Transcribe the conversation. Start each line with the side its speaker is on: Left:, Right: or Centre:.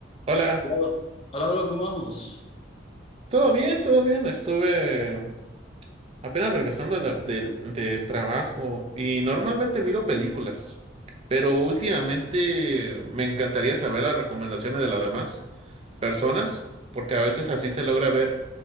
Right: Hola,
Left: Hola, Hola, bro, ¿cómo vamos?
Right: ¿todo bien? ¿Todo bien? Estuve apenas regresando de la- del, del trabajo y normalmente miro películas, pero últimamente me encantaría saber las recomendaciones de las demás personas, porque a veces así se logra ver